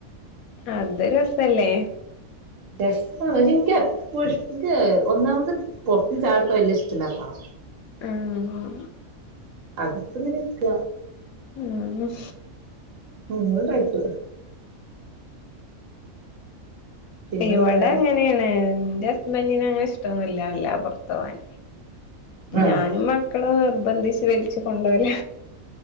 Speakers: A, on the left; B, on the right.
A: അത് രസല്ലേ
B: രസാ പക്ഷെ എനിക്ക് എപ്പോഴ എനിക്ക് ഒന്നാമത് പൊറത്ത് ചായു ടിക്ക വല്ല ഇഷ്ടല്ലാത്താള
A: ആഹ്
B: അകത്ങ്ങനിരിക്ക
A: ഉം
B: ഉം ആയിത്ത പിന്നെന്താ
A: ഇവിടെ
B: വേറെ
A: അങ്ങനെയാണ് ന്റെ ബന്നിന അങ്ങനെ ഇഷ്ടന്നില്ല വല്ലാ പുറത്തു പോവാൻ
B: ആഹ്
A: ഞാനും മക്കളും ബന്ധിച്ച് വലിച്ചു കൊണ്ടോല